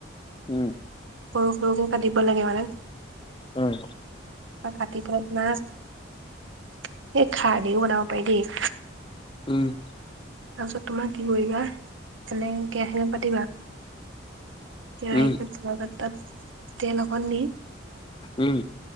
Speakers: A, on the left (about 25°); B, on the right (about 75°).
A: উম।
B: সৰু সৰুকে কাটিব লাগে মানে
A: উম।
B: তাপা কাটি পেলাই তোমাৰ, সেই খাৰ দি বনাব পাৰি দেই।
A: উম।
B: তাৰপিছত তোমাৰ কি কৰিবা? এনে কেৰাহী পাতিবা কেৰাহীখন
A: উম,
B: <unintelligible> পাত তাত তেল অকণ দি
A: উম।